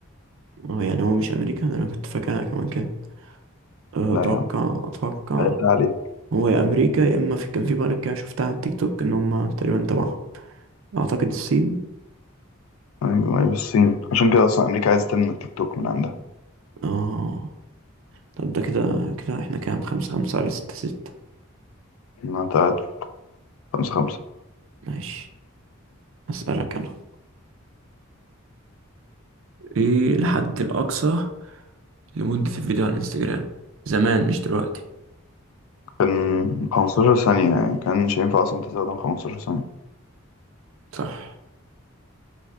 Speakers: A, on the right (about 65°); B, on the left (about 70°).
A: هو يعني هو مش امريكا ده انا كنت فاكر انا كمان كده أه،
B: لا
A: اتوقع
B: يا عم
A: اتوقع
B: قلت عليه
A: هو يا امريكا يا اما في كان في بلد كده شفتها على التيك توك ان هم تقريبا تبعهم اعتقد الصين
B: أيوه أيوه الصين عشان كده أصلا أمريكا عايزة تمنع تيك توك من عندها
A: اه طب ده كده كده احنا كام خمسة خمسة ولا ستة ستة
B: إنها تقعد خمسة خمسة
A: ماشي اسألك انا ايه الحد الاقصى لمدة الفيديو على الانستجرام زمان مش دلوقتي
B: كان 15 ثانية يعني كانش ينفع أصلا تزود عن 15 ثانية
A: صح